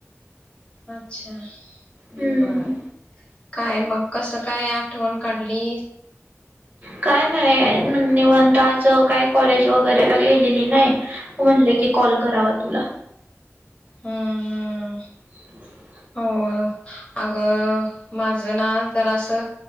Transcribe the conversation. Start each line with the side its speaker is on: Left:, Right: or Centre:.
Left: ह अच्छा
Right: हम्म
Left: बर काय मग कसं काय आठवण काढली
Right: काय नाही निवांत आज काही कॉलेज वगैरेला गेलेली नाही म्हणले की कॉल करावा तुला
Left: हम्म हम्म
Right: ह
Left: हो अगं माझं ना जरासं